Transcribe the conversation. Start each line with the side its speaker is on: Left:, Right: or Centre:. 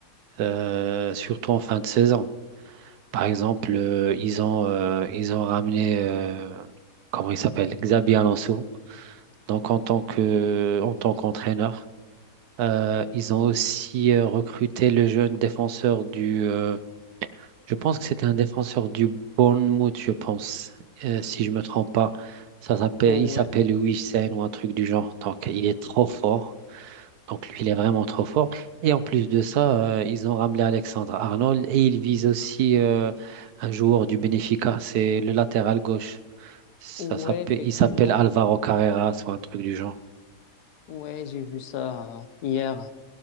Right: euh, surtout en fin de saison. Par exemple, euh, ils ont, euh, ils ont ramené, euh, comment il s'appelle, Xabi Alonso. Donc, en tant que, en tant qu'entraîneur, Euh, ils ont aussi euh, recruté le jeune défenseur du, euh, je pense que c'était un défenseur du Bournemouth, je pense, euh, si je me trompe pas. Ça s'appelle,
Left: Ouais,
Right: il s'appelle Huijsen ou un truc du genre. Donc, il est trop fort. Donc lui, il est vraiment trop fort. Et en plus de ça, euh, ils ont ramené Alexandre Arnold et ils visent aussi euh, un joueur du Benfica, c'est le latéral gauche. Ça
Left: ouais,
Right: s'appelle,
Left: effectivement.
Right: il s'appelle Alvaro Carrera, soit un truc du genre.
Left: Ouais, j'ai vu ça euh, hier.